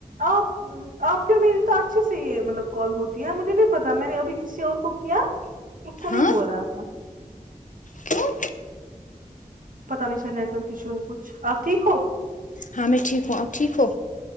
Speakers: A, on the right; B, on the left.
A: آپ آپ کرھر میری تو اچھے سے یہ مطلب کال ہوتی ہے مجھے نہیں پتاہ میں نے ابھی کسی اور کو کیا اس کو نہیں
B: ہاں
A: ہو رہا تھا
B: کیوں
A: پت نہیں شا نیٹ ورک ایشو ہے کچھ آپ ٹھیک ہو
B: ہاں میں ٹھیک ہوں اب ٹھیک ہو